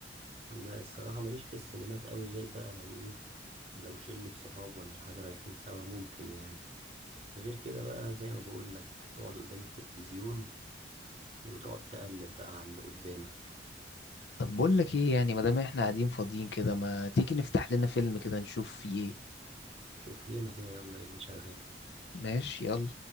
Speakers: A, on the right (about 35°); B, on the left (about 65°).
A: لا الصراحة ماليش في السينمات أوي غير بقى لو إيه لو شلة صحاب ولا حاجة رايحين سوا ممكن يعني غير كده بقى زي ما بقول لك تقعد قدام التلفزيون وتقعد تقلب بقى على اللي قدامك
B: طب بقول لك ايه يعني ما دام احنا قاعدين فاضيين كده ما تيجي نفتح لنا فيلم كده نشوف فيه ايه
A: شوف لنا كده يلا ايه اللي شغال
B: ماشي يلا